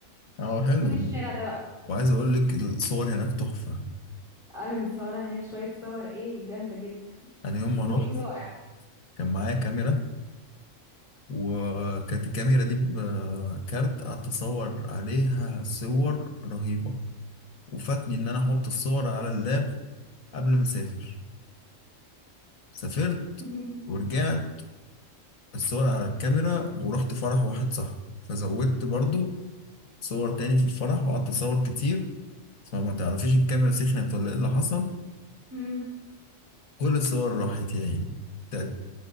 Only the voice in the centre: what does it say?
طول الشارع ده
انا متصوره هناك شويه صور ايه جامده جدا <laughs>
الفيو
رائع
مم.
مم.